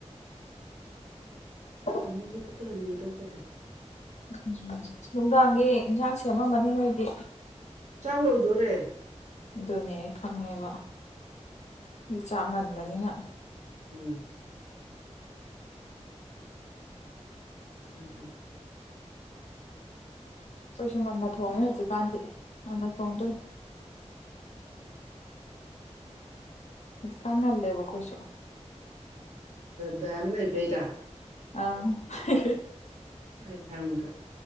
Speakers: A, on the left; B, on the right.
A: ꯎꯝ
B: ꯀꯝ ꯋꯥꯅꯤꯗꯕꯨꯣ
A: ꯎꯝ ꯅꯨꯡꯗꯥꯡꯒꯤ ꯏꯟꯁꯥꯡ ꯁꯦꯝꯃꯃꯅꯤ ꯅꯣꯏꯗꯤ
B: ꯆꯥꯛ ꯂꯣꯏꯗꯣꯔꯦ
A: ꯑꯗꯨꯅꯦ ꯑꯩ ꯈꯪꯉꯦꯕ ꯑꯗꯨ ꯆꯥꯡ ꯉꯟꯕꯅꯤꯅ
B: ꯎꯝ ꯎ ꯑꯗꯨ ꯎꯝ
A: ꯑꯩꯈꯣꯏꯁꯨ ꯉꯟꯅ ꯊꯣꯡꯉꯦ ꯍꯧꯖꯤꯛꯀꯥꯟꯗꯤ ꯉꯟꯅ ꯊꯣꯡꯗꯣꯏ ꯀꯥꯟꯒꯥꯟꯗ ꯂꯩꯦꯕꯣ ꯀꯣꯏꯁꯨ
B: ꯗꯝ ꯂꯩꯕꯩꯔ
A: ꯑꯥ <unintelligible>
B: ꯑꯩ ꯊꯪꯕ